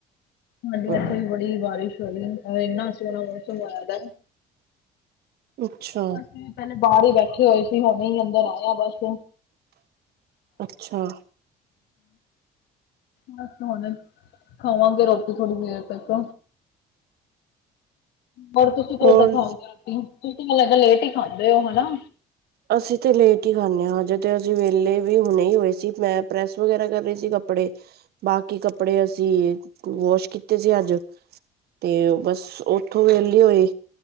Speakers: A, on the left (about 80°); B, on the right (about 70°).
A: ਸਾਡੀ ਇੱਥੇ
B: ਹਮ
A: ਵੀ ਬੜੀ ਬਾਰਿਸ਼ ਹੋਈ, ਉਹ ਇਨਾ ਸੋਣਾ ਮੌਸਮ ਬਣਾਦਾ
B: ਅੱਛਾ
A: ਅਸੀਂ ਪਹਿਲੇ ਹੀ ਬਾਹਰ ਬੈਠੇ ਹੋਏ ਸੀ, ਹੁਣੇ ਹੀ ਅੰਦਰ ਆਇਆ ਬਸ।
B: ਅੱਛਾ।
A: ਬਸ ਹੁਣ, ਖਾਵਾਂਗੇ ਰੋਟੀ ਥੋੜੀ ਦੇਰ ਤੱਕ। ਹੋਰ ਤੁਸੀਂ ਕਦੋਂ
B: ਹੋਰ
A: ਤੱਕ ਖਾਓਗੇ ਰੋਟੀ, ਤੁਸੀਂ ਤਾਂ ਮੈਨੂੰ ਲੱਗਦਾ ਲੇਟ ਹੀ ਖਾਂਦੇ ਹੋ ਹਨਾ?
B: ਅਸੀਂ ਤੇ ਲੇਟ ਹੀ ਖਾਂਨੇ ਆ, ਹਜੇ ਤੇ ਅਸੀਂ ਵਹਲੇ ਵੀ ਹੁਣੇ ਹੀ ਹੋਏ ਸੀ, ਮੈਂ ਪ੍ਰੈਸ ਵਗੈਰਾ ਕਰ ਰਹੀ ਸੀ ਕੱਪੜੇ। ਬਾਕੀ ਕੱਪੜੇ ਅਸੀਂ ਵਾਸ਼ ਕੀਤੇ ਸੀ ਅੱਜ ਤੇ ਬਸ ਉੱਥੋਂ ਵਿਹਲੇ ਹੋਏ